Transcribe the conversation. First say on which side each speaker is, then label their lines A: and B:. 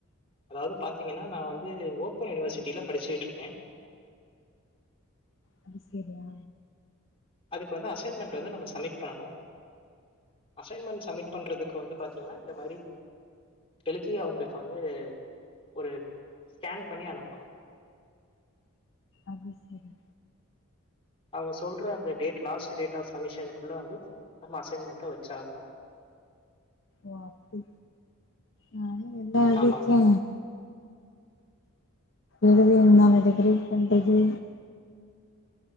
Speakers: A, on the left (about 25°); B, on the left (about 55°).
A: அதாவது பாத்தீங்கன்னா நான் வந்து ஓபன் யூனிவர்சிட்டில படிச்சுட்டு இருக்கேன்
B: அது சரியா
A: அதுக்கு வந்து அசைன்மெண்ட் வந்து நம்ம சப்மிட் பண்ணணும் அசைன்மெண்ட் சமீட் பண்றதுக்கு வந்து பாத்தீங்கன்னா இந்த மாரி எழுதி அவங்களுக்கு வந்து ஒரு ஸ்கேன் பண்ணி அனுப்பணு
B: அப்ப செரி
A: அவங்க சொல் ற அந்த டேட் லாஸ்ட் டேட்டாஸ் கமிஷனுக்குள்ளே வந்து நம்ம அசைன்மெண்டாக வச்சாகணும்
B: வாப்பி உஹ் நா
A: ஆமாங்க
B: எப்டிஇருக்கே எழுது ந டெகரேட் கண்டது